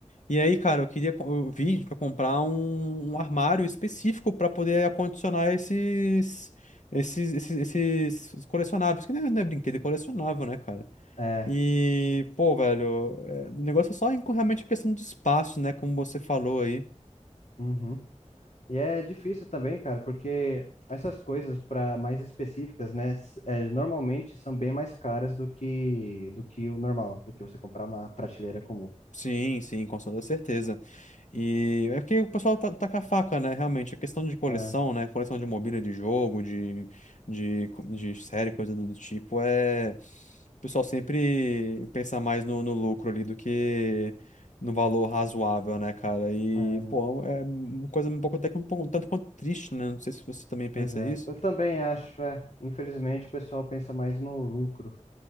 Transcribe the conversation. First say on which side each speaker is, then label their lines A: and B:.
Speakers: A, on the left; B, on the left.
A: E aí, cara, eu queria co- eu vi pra comprar um, um armário específico pra poder acondicionar esses, esses, esses, esses colecionáveis, que não é, não é brinquedo, é colecionável, né, cara?
B: É.
A: E, pô, velho, é, o negócio é só em- com- realmente questão de espaço, né, como você falou aí.
B: Uhum. E é difícil também, cara, porque essas coisas para mais específicas, né, s- é, normalmente são bem mais caras do que do que o normal, do que você comprar uma prateleira comum.
A: Sim, sim, com toda certeza. E é porque o pessoal tá, tá com a faca, né? Realmente, a questão de coleção,
B: É,
A: né? Coleção de mobília de jogo, de, de, co- de série, coisa do do tipo, é. O pessoal sempre pensa mais no, no lucro ali do que no valor razoável, né, cara? E,
B: é,
A: pô, é um, uma coisa um pouco até que um pouco, tanto quanto triste, né? Não sei se você também pensa
B: pois é.
A: isso.
B: Eu também acho, é. Infelizmente, o pessoal pensa mais no lucro